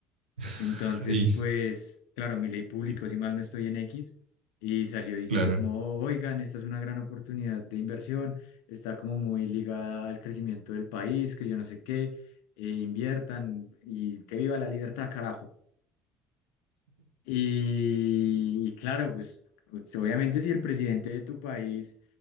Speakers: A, on the right; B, on the left.
A: <laughs>
B: Entonces,
A: Ahí,
B: pues, claro, Milei publicó,
A: y-
B: si mal no estoy en X, y salió diciendo
A: claro,
B: como, "Oh, oigan, esta es una gran oportunidad de inversión, está como muy ligada al crecimiento del país, que yo no sé qué, eh, inviertan y que viva la libertad, carajo. Y, y claro, pues, obviamente si el presidente de tu país...